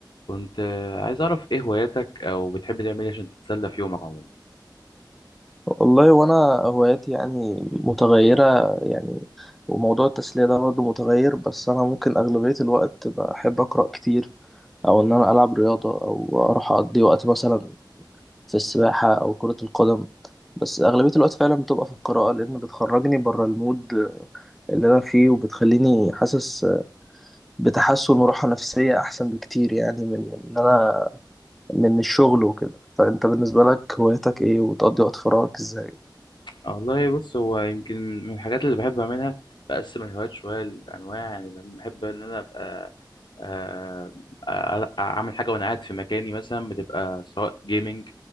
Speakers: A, on the left; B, in the centre.
A: كنت آه، عايز أعرف إيه هواياتك أو بتحب تعمل إيه عشان تتسلى في يومك عموما
B: والله وانا هواياتي يعني متغيرة يعني وموضوع التسلية ده برضه متغير بس انا ممكن اغلبية الوقت بحب اقرأ كتير او ان انا العب رياضة او اروح اقضي وقت مثلا في السباحة او كرة القدم بس اغلبية الوقت فعلا بتبقى في القراءة لان بتخرجني بره المود اللي انا فيه وبتخليني حاسس بتحسن وراحة نفسية احسن بكتير يعني من ان انا من الشغل وكده فانت بالنسبة لك هوايتك ايه وتقضي وقت فراغك ازاي
A: والله بص هو يمكن من الحاجات اللي بحب أعملها بقسم الهوايات شوية لأنواع يعني بحب إن أنا أبقى آه، آه، أعمل حاجة وأنا قاعد في مكاني مثلا بتبقى سواء جيمنج